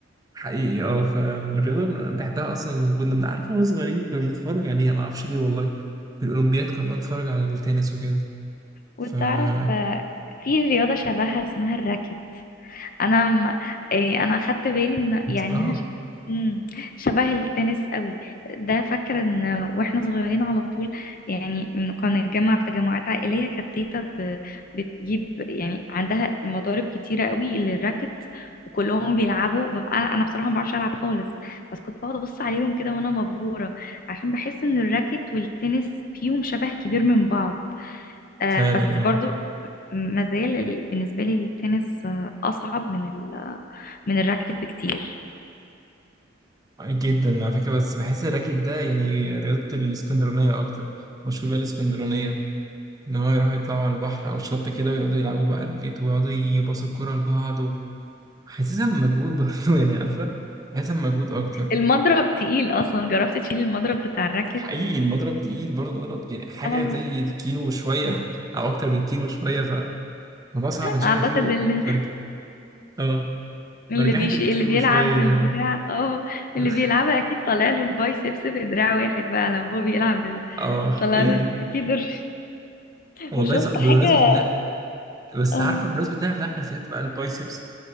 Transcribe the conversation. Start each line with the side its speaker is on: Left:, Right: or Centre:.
Right: حقيقي اه فالرياضة من- بحبها أصلا كنا بنعرف واحنا صغيرين كنا بنتفرج عليها معرفش ليه والله في الأولمبياد كنا بنتفرج على التنس وكده
Left: وتعرف
Right: فالراكت
Left: آه، في رياضة شبهها اسمها الراكت انا م... إيه انا اخدت بالي ان يعني
Right: اه
Left: انها ش- مم، شبه التنس قوي ده فاكره ان واحنا صغيرين على طول يعني م- كنا نتجمع في تجمعات عائليه كانت تيتا ب... بتجيب يعني عندها مضارب كتيره قوي للراكت وكلهم بيلعبوا ببقى انا بصراحه ما بعرفش العب خالص بس كنت بقعد ابص عليهم كده وانا مبهوره عشان بحس ان الراكت والتنس فيهم شبه كبير من بعض آه
Right: فعلا
Left: بس
Right: اه
Left: برضو ما زال ال- بالنسبه لي التنس آه، اصعب من ال... من الراكت بكتير
Right: جدا على فكرة بس بحس الراكت ده يعني رياضة الاسكندرانية أكتر مشهور بيها الاسكندرانية إن هو يروحوا يطلعوا على البحر أو الشط كده ويقعدوا يلعبوا بقى راكت ويقعدوا يباصوا الكرة لبعض و- حاسسها بمجهود برضه <laughs> يعني عارفة حاسسها بمجهود أكتر
Left: المضرب تقيل اصلا جربت تشيل المضرب بتاع الراكت
Right: حقيقي المضرب تقيل برضه مضرب يعني حاجة
Left: اه
Right: زي الكيلو وشوية <laughs> أو أكتر من كيلو وشوية فالموضوع صعب إن شايلة
Left: اعتقد
Right: كيلو
Left: اللي
Right: مرج... آه
Left: اللي
Right: مرجحة
Left: بيشي...
Right: الكيلو
Left: اللي بيلعب
Right: وشوية
Left: البتاع
Right: دي آه
Left: اه
Right: <laughs>
Left: اللي بيلعبها اكيد طالع له البايسبس في دراع واحد بقى لو هو بيلعب ال-
Right: آه حقيقي
Left: طالع له اكيد ال-
Right: والله
Left: <laughs> وشفت
Right: صعب
Left: حاجه
Right: بمناسبة إن إحنا بس
Left: اه
Right: عارفة بمناسبة إن إحنا فتحنا سيرة بقى البايسبس